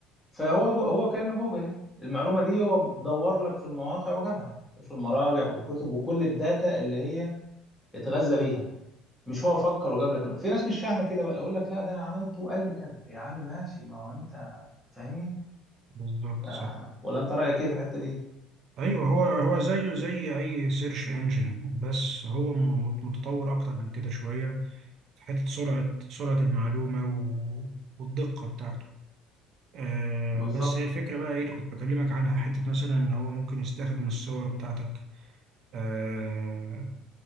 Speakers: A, in the centre; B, on the right (about 45°).
A: فهو جو... هو كأنه جوجل يعني المعلومة دي هو دور لك في المواقع وجابها وفي المراجع والكتب وكل الداتا اللي هي اتغذى بيها مش هو فكر وجاب لك الم- في ناس مش فاهمه كده بقى يقول لك لا ده انا عملته وقال لي كذا يا عم ماشي ما هو انت فاهمني
B: بالظبط
A: ف...
B: صح
A: ولا انت رايك ايه في الحته دي
B: ايوه هو هو زيه زي اي سيرش انجن بس هو م- متطور اكتر من كده شوية في حتة سرعة سرعة المعلومة و... والدقة بتاعته آه
A: بالظبط
B: بس هي الفكرة بقى ايه اللي كنت بكلمك عنها حتة مثلا ان هو ممكن يستخدم الصور بتاعتك آه